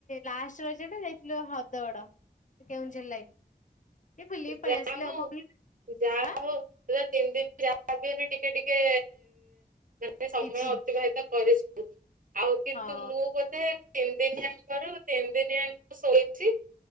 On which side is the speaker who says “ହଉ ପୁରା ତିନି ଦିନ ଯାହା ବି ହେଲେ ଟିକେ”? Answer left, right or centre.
Right